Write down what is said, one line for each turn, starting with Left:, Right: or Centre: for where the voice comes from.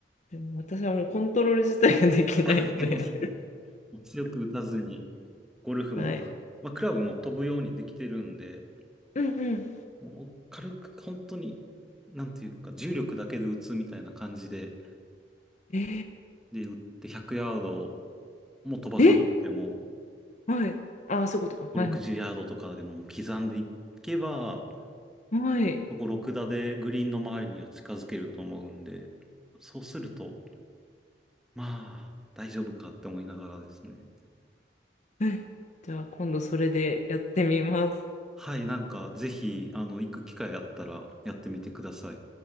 Left: でも私はもうコントロール自体ができないので
Centre: <laughs> でも強く打たずに、ゴルフも、
Left: <laughs> はい。
Centre: まあ、クラブも飛ぶようにできてるんで、
Left: うんうん。
Centre: もう軽く本当に、なんていうか、重力だけで打つみたいな感じで、
Left: え
Centre: で、打って100ヤードも飛ばさなくても、
Left: ー、え、はい。ああ、そういうことか。
Centre: 5、60ヤードとかでも刻んでいけば、
Left: はいはい。はい。
Centre: 5、6打でグリーンの周りには近づけると思うんで、そうすると、まあ、大丈夫かって思いながらですね。
Left: はい。じゃあ今度それでやってみます。
Centre: はい、なんか、ぜひ、あの、行く機会あったらやってみてください。